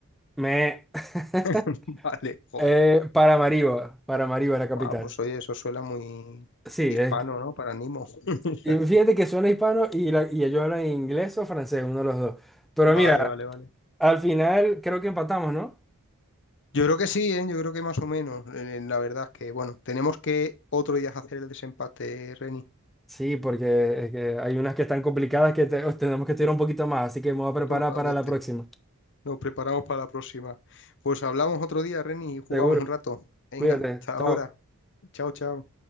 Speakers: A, in the centre; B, on the left.
A: Me... <laughs>
B: <laughs> Vale, joder.
A: Eh, Paramaribo. Paramaribo, es la capital.
B: Buah, pues oye, eso suena muy
A: Sí,
B: hispano,
A: es-
B: ¿no? Para Nimo. <laughs>
A: y fíjate que suena hispano y, la- y ellos hablan inglés o francés, uno de los dos. Pero
B: Vale,
A: mira,
B: vale, vale.
A: al final creo que empatamos, ¿no?
B: Yo creo que sí, ¿eh? Yo creo que más o menos. Eh, La verdad es que, bueno, tenemos que otro día hacer el desempate, Reni.
A: Sí, porque es que hay unas que están complicadas que te- tenemos que estudiar un poquito más, así que me voy a preparar
B: Totalmente.
A: para la próxima.
B: Nos preparamos para la próxima. Pues hablamos otro día, Reni, y jugamos
A: Seguro.
B: un rato. Venga,
A: Cuídate.
B: hasta
A: Chao.
B: ahora. Chao, chao.